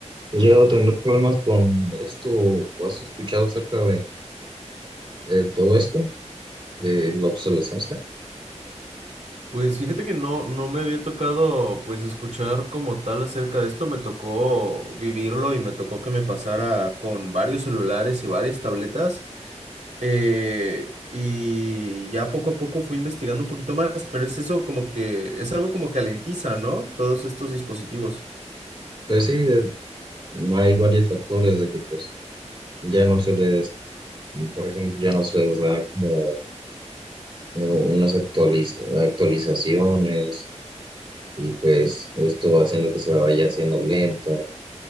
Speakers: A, on the right; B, on the right.
A: ¿has llegado a tener problemas con esto o has escuchado acerca de, de todo esto, de la obsolescencia?
B: Pues fíjate que no, no me había tocado pues escuchar como tal acerca de esto, me tocó vivirlo y me tocó que me pasara con varios celulares y varias tabletas eh, y ya poco a poco fui investigando un poquito más, pero es eso como que es algo como que alentiza, ¿no? Todos estos dispositivos.
A: Pues sí, eh, hay varios factores de que pues ya no se les, por ejemplo, ya no se les da como eh, unas actualiz- actualizaciones y pues esto va haciendo que se vaya haciendo lento